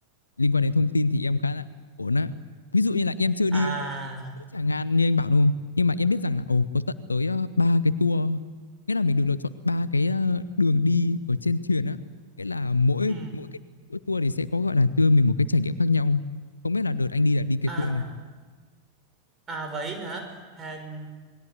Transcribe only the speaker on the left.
liên quan đến thông tin thì em khá là ổn á ví dụ như là em chưa
đi ờ, chỗ Tràng An như anh bảo đúng không nhưng mà em biết rằng là ồ có tận tới ờ, ba cái tour nghĩa là mình được lựa chọn ba cái ờ, đường đi ở trên thuyền á nghĩa là mỗi
mỗi cái mỗi tour thì sẽ có gọi là đưa mình một cái trải nghiệm khác nhau không biết là đợt anh đi là đi cái
tour này